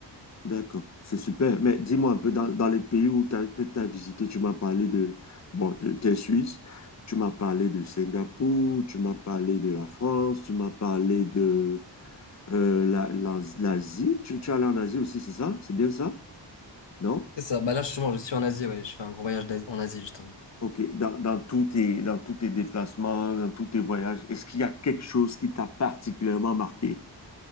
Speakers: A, on the left (about 35°); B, on the left (about 70°).
A: D'accord, c'est super. Mais dis-moi un peu, dans, dans les pays où t'as, que tu as visité, tu m'as parlé de, bon, tu es Suisse, tu m'as parlé de Singapour, tu m'as parlé de la France, tu m'as parlé de euh, la, la- l'Asie. Tu, tu es allé en Asie aussi, c'est ça? C'est bien ça? Non?
B: C'est ça. Bah là, justement, je suis en Asie. Ouais, je fais un gros voyage d'As- en Asie justement.
A: Ok, dans, dans tous tes, dans tous tes déplacements, dans tous tes voyages, est-ce qu'il y a quelque chose qui t'a particulièrement marqué?